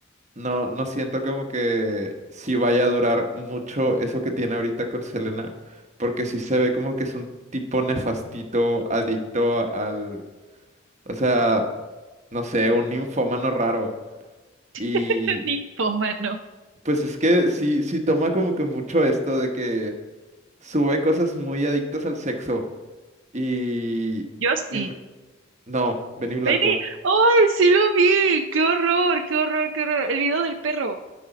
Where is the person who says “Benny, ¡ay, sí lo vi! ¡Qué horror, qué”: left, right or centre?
Right